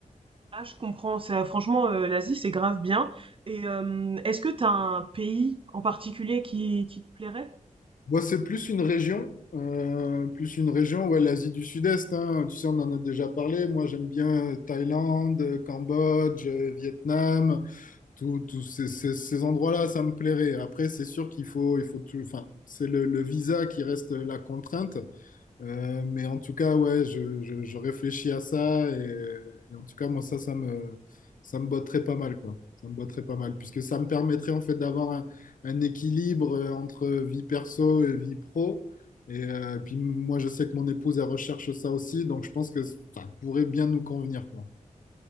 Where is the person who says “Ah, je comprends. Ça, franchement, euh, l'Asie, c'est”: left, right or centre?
Right